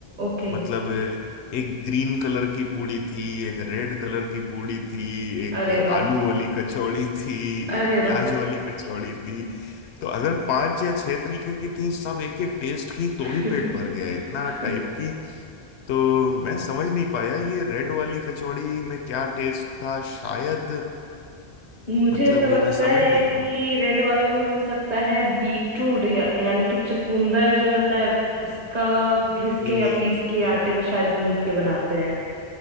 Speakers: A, on the right (about 50°); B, on the left (about 80°).
A: ओके
B: मतलब एक ग्रीन कलर की पूड़ी थी एक रेड कलर की पूड़ी थी एक
A: अरे वाह
B: आलू वाली कचौड़ी थी
A: अरे
B: एक
A: वाह
B: प्याज वाली कचौड़ी थी तो अगर पांच या छह तरीके की थी सब एक एक टेस्ट की तो
A: <laughs>
B: ही पेट भर गया इतना टाइप की तो मैं समझ नहीं पाया ये रेड वाली कचौड़ी में क्या टेस्ट था शायद
A: मुझे
B: मतलब
A: ऐसा लगता
B: मैं समझ
A: है
B: नहीं
A: कि रेड वाले में हो सकता है बीटरूट या, यानी कि चुकंदर जो होता है उसका घिस
B: जी
A: के या पीस के
B: जी
A: आटे में शायद गूंद के बनाते हैं